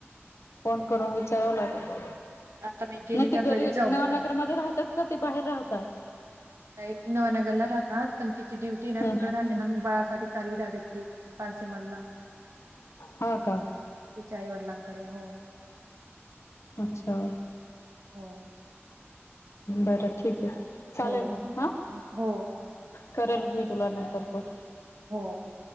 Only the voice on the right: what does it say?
आता मी गेली
का
जाऊ
नाही नवनगरला राहतात, पण तिची ड्युटी ना
तिकडे राहते ना, मग बाळासाठी चालली दडत ती पांसे मल्ला
तिच्या आई वडिलांकडे, हो..
हो....
हो
हो
हो